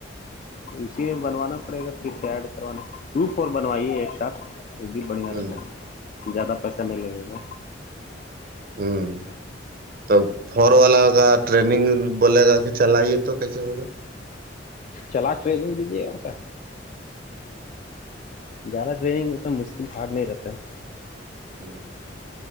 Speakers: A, on the left; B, on the right.
A: اسی میں بنوانا پڑے گا پھر سے ایڈ کروانا ٹو فور بنوائیے ایک ساتھ وہ بھی بڑھیا
B: ہوں
A: رہتا ہے زیادہ پیسہ نہیں لگے گا
B: ہاں <inaudible> تو فور والا کا ٹریگ بولے گا کہ چلائیے تو کیسے ہو
A: چلا کر دیجی ا س زیادہ ٹریننگ ہوتا ہے مشکل ہارڈ نہیں رہتا ہے
B: ہوں